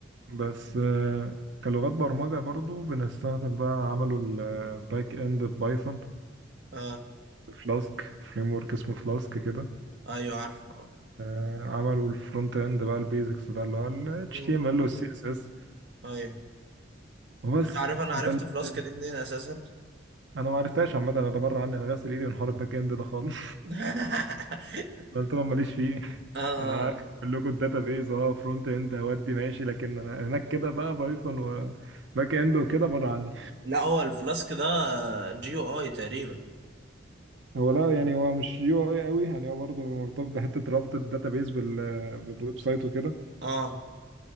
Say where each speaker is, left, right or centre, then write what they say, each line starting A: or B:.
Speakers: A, on the right; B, on the right.
A: بس آه، كلغات برمجه برضو بنستخدم بقى عملوا الباك اند بايثون
B: اه
A: فلاسك فريم ورك اسمه فلاسك كده
B: ايوه عارف آه.
A: آه، عملوا الفرونت اند بقى البيزكس بقى اللي هو ال HTML
B: مم.
A: وال CSS
B: ايوه
A: وبس
B: انت عارف انا عرفت
A: ده ال-
B: فلاسك
A: ده ال-
B: دي منين اساسا
A: انا ما عرفتهاش عامه انا ده بره عني انا غاسل ايدي من حوار الباك اند ده خالص
B: <laughs>
A: <laughs> ده قلت لهم ماليش فيه
B: آه.
A: انا عارف اقول لكم الداتا بيز اه فرونت اند هودي ماشي لكن أنا هناك كده بقى بايثون وباك اند وكده بره عني
B: لا هو الفلاسك ده جي او اي تقريبا
A: هو لا يعني هو مش يو اي قوي يعني هو برضه مرتبط بحته ربط الداتا بيز بال بالويب سايت وكده
B: اه